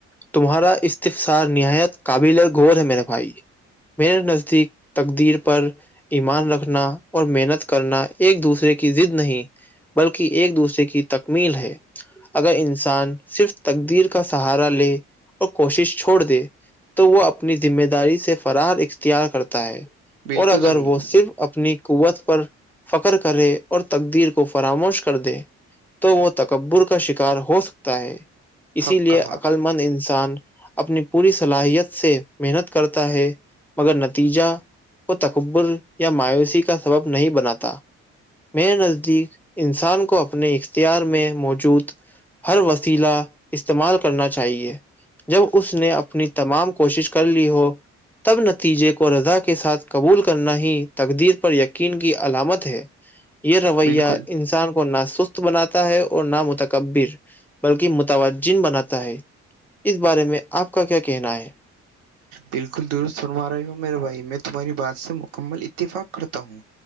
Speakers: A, in the centre; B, on the right.
A: تمہارا استفسار نہایت قابل غور ہے میرے بھائی میرے نزدیک تقدیر پر ایمان رکھنا اور محنت کرنا ایک دوسرے کی زد نہیں بلکہ ایک دوسرے کی تکمیل ہے اگر انسان صرف تقدیر کا سہارا لے اور کوشش چھوڑ دے تو وہ اپنی ذمہ داری سے فرار اختیار کرتا ہے
B: بالکل
A: اور اگر
B: صحیح
A: وہ صرف اپنی قوت پر فخر کرے اور تقدیر کو فراموش کر دے تو وہ تکبر کا شکار ہو سکتا ہے اسی
B: حق
A: لیے
B: کہا
A: عقللمند انسان اپنی پوری صلاحیت سے محنت کرتا ہے مگر نتیجہ کو تکبر یا مایوسی کا سبب نہیں بناتا میرے نزدیک ان انسان کو اپنے اختیار میں موجود ہر وسیلا استعمال کرنا چاہیے جب اس نے اپنی تمام کوشش کر لی ہو تب نتیجے کو رضا کے ساتھ قبول کرنا ہی تقدیر پر یقین کی علامت ہے یہ رویہ
B: بالکل
A: انسان کو نا سست بناتا ہے اور نہ متکبر بلکہ متوجن بناتا ہے اس بارے میں آپ کا کیا کہنا ہے
B: بالکل دست سنوا رہی ہوں میرے بھائی میں تمہاری بات سے مکمل اتفاق کرتا ہوں